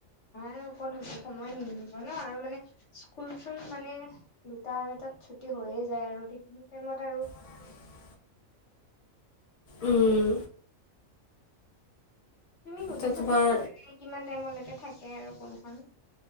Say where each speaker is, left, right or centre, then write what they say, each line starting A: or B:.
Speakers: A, on the left (about 60°); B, on the left (about 45°).
A: অ, সময় নিমিব ন, আৰু মানে স্কুল-চুল মানে দুটাতু, আঢ়ৈতাত চুটি হৈয়ে যায় আৰু সেইখিনি টাইমত আৰু
B: <inaudible> উম,
A: তুমি সুধি
B: ত'
A: চাবাচোন
B: তোমাৰ
A: মানে কিমান টাইমলৈকে থাকে আৰু কোনখন